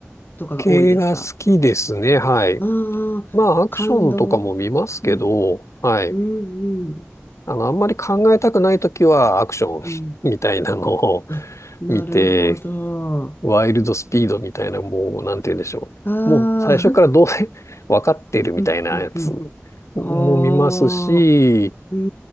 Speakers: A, on the left (about 45°); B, on the left (about 85°).
A: とかが多いですか
B: 系が好きですね。はい。
A: ああー、
B: まあアクションとかも見ますけど、
A: 感動。うん、
B: はい。
A: うん、うん、
B: あの、あんまり考えたくないときはアクション
A: うん。
B: <laughs> みたいなのを
A: あ、なるほど。
B: 見て、ワイルドスピードみたいな、もう、なんて言うんでしょう。
A: あ
B: もう最初からどうせ
A: あ、
B: <laughs> 分かってるみたいなやつ
A: <laughs> うん、うん、うん。
B: も見ますし、
A: ほー。うん、う